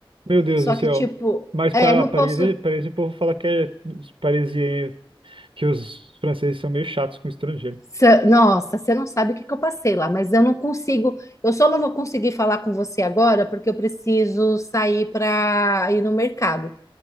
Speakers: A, on the right (about 65°); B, on the left (about 35°).
A: Meu Deus
B: Só
A: do céu.
B: que, tipo,
A: Mas
B: é,
A: para
B: não
A: Paris,
B: posso.
A: Paris, o povo fala que é os parisienses, que os franceses são meio chatos com estrangeiro.
B: Sa- Nossa, você não sabe o que que eu passei lá, mas eu não consigo. Eu só não vou conseguir falar com você agora porque eu preciso sair para ir no mercado.